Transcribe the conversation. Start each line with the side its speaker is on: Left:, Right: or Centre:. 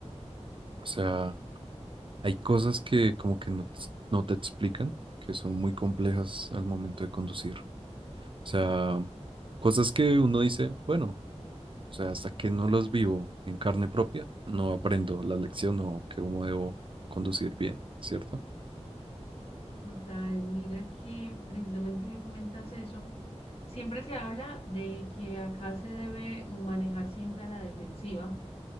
Right: o sea... Hay cosas que como que no, ts- no te explican, que son muy complejas al momento de conducir. O sea, cosas que uno dice, bueno, o sea, hasta que no las vivo en carne propia, no aprendo la lección o que cómo debo conducir bien, ¿cierto?
Left: Total, mira que precisamente que comentas eso, siempre se habla de que acá se debe manejar siempre a la defensiva,